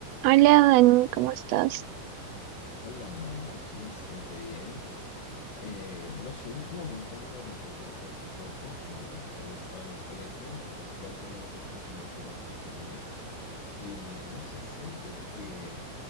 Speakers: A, on the right; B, on the left.
A: Hola Dani, ¿cómo estás?
B: Hola Mar, estoy bastante bien. Eh, no sé, últimamente ando recordando un poco como cuando estaba en el colegio de algunas asignaturas que tenía y no sé, siento que